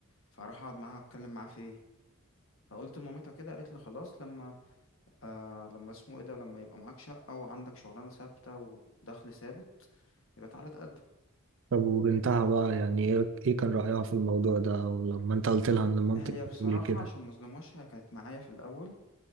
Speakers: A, on the left; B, on the right.
A: فاروح اقعد معاها اتكلم معاها في ايه فقلت لمامتها كده قالت لي خلاص لما آه لما اسمه ايه ده لما يبقى معاك شقة وعندك شغلانة ثابتة ودخل ثابت يبقى تعالى تقدم
B: طب وبنتها بقى يعني ايه ايه كان رأيها في الموضوع ده او لما انت قلت لها ان مامتك
A: هي بصراحة
B: بتقولي كده
A: عشان مظلمهاش هي كانت معايا في الأول